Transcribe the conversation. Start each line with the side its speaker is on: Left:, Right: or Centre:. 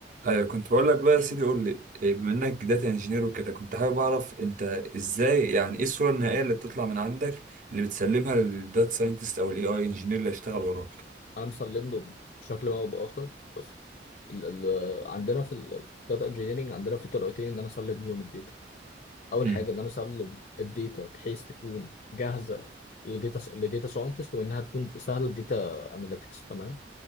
Right: ايوه كنت بقول لك بقى يا سيدي قول لي إيه، بما انك داتا انجينير وكده كنت حابب اعرف انت ازاي يعني ايه الصوره النهائيه اللي بتطلع من عندك اللي بتسلمها للداتا ساينتست او الاي اي انجينير اللي هيشتغل وراك
Left: انا مسلم له بشكل ما او باخر بس ال ال عندنا في الداتا انجينيرنج عندنا في طريقتين ان انا اسلم بيهم الداتا اول
Right: امم
Left: حاجه ان انا اسلم الداتا بحيث تكون جاهزه لداتا لداتا ساينتست وانها تكون سهله الداتا اناليتكس تمام